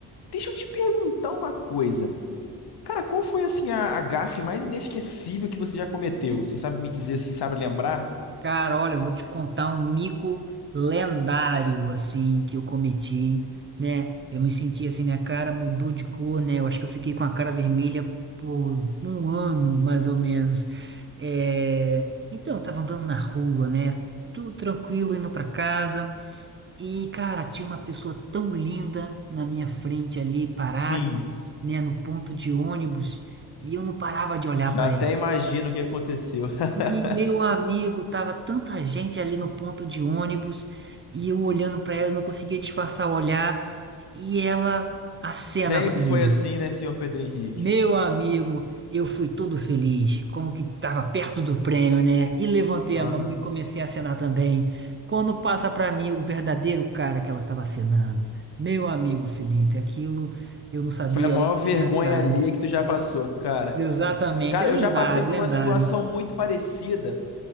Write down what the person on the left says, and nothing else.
deixa eu te perguntar uma coisa. Cara, qual foi assim a, a gafe mais inesquecível que você já cometeu? Você sabe me dizer assim, sabe lembrar?
Sim,
já
até
imagino o que aconteceu. <laughs>
Sempre
foi assim, né, senhor Pedro Henrique?
Aham.
Foi a maior
vergonha
ali que tu já passou, cara.
Cara,
eu já passei por
uma situação muito parecida,